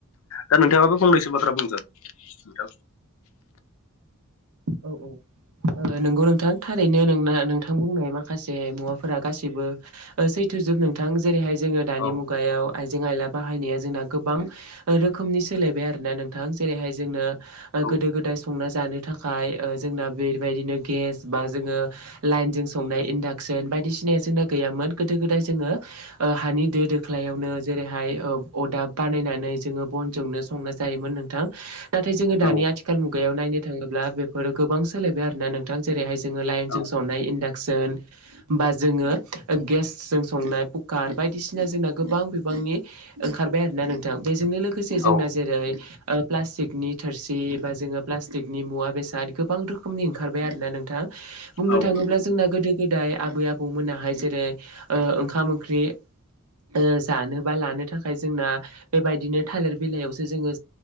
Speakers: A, on the left (about 65°); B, on the right (about 75°).
A: दा नोंथाङाबो फंनैसो बाथ्रा बुंदो नोंथां।
B: औ औ ओ नोंगौ नोंथां थारैनो नोंना नोंथां बुंनाय माखासे मुवाफोर रा गासिबो सैथ' ओ जोब नोंथां जेरैहाय जोङो दानि
A: औ
B: मुगायाव आइ जें आइला बाहायनाया जोंना गोबां रोखोमनि सोलायबाय आरोना नोंथां जेरैहाय जोंना ओ
A: औ
B: गोदो गोदाय संना जानो थाखाय खाय ओ जोंना बेबायदिनो गेस बा जोङो लाइनजों संनाय इन्डाक्सन बायदिसिना सिना गैयामोन गोदो गोदाय जोङो ओ हानि दो दोख्लायावनो जेरैहाय ओ अरदाब बानायनानै जोङो बनजोंनो संना जायोमोन नोंथां। नाथाय जोङो
A: औ
B: दानि आथिखाल मुगायाव नायनो थाङो ब्ला बिफोरो गोबां सोलायबाय आरोना नोंथां जेरैहाय जोङो लाइनजों
A: औ
B: संनाय इन्डा सन। होमबा जोङो ओ गेसजों संनाय कुकार बायदिसि सिना जोंना गोबां बिबांनि ओंखारबाय आरोना नोंथां बेजोंनो लोगोसे जोंना
A: औ
B: जेरै प्लास्टिकनि थोरसि बा जोङो प्लास्टिक नि मुवा बेसाद गोबां रोखोमनि ओंखारबाय आरोना नोंथां बुंनो
A: औ
B: थाङोब्ला
A: नंगौ
B: जोंना गोदो गोदाय गोदाय आबै आबौमोनाहाय जेरै ओ ओंखाम ओंख्रि ओ जानो बा लानो थाखाय जोंना बेबायदिनो थालिर बिलाइयावसो जोङो